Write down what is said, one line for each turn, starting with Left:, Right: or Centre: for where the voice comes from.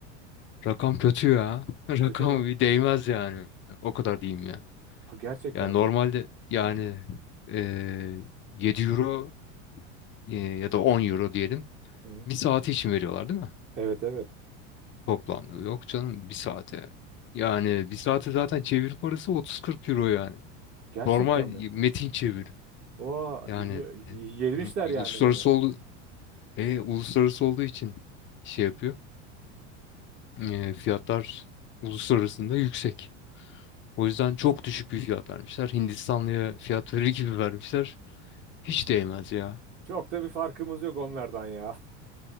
Left: Rakam kötü ya. <laughs> Rakam
Right: Kötü mü?
Left: bir değmez yani. O kadar diyeyim yani.
Right: Ha, gerçekten
Left: Yani normalde
Right: mi?
Left: yani eee 7 euro eee, ya da 10 euro diyelim.
Right: Hı.
Left: Bir saati için veriyorlar değil mi?
Right: Evet evet.
Left: Toplamda. Yok canım bir saate. Yani bir saate zaten çevir parası otuz kırk euro yani.
Right: Gerçekten
Left: Normal
Right: mi?
Left: metin çeviri,
Right: Oo,
Left: Yani
Right: y- y- yemişler
Left: m-
Right: yani
Left: uluslararası
Right: beni.
Left: oldu, e, uluslararası olduğu için şey yapıyor.
Right: Hmm.
Left: Eee, fiyatlar uluslararasında yüksek. O yüzden
Right: Aa,
Left: çok düşük bir fiyat vermişler. Hindistanlıya fiyat verir gibi vermişler. Hiç değmez ya.
Right: Çok da bir farkımız yok onlardan ya.